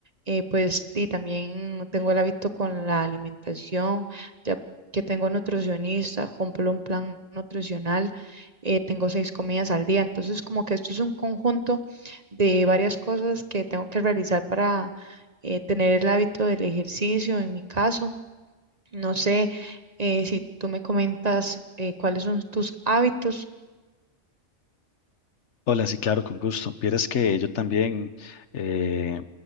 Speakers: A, on the right (about 35°); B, on the left (about 70°).
A: eh, pues y también tengo el hábito con la alimentación, ya que tengo nutricionista, compro un plan nutricional, eh, tengo seis comidas al día. Entonces, como que esto es un conjunto de varias cosas que tengo que realizar para eh, tener el hábito del ejercicio en mi caso no sé eh, si tú me comentas eh, cuáles son tus hábitos.
B: Hola, sí, claro, con gusto. Vieras que yo también eh,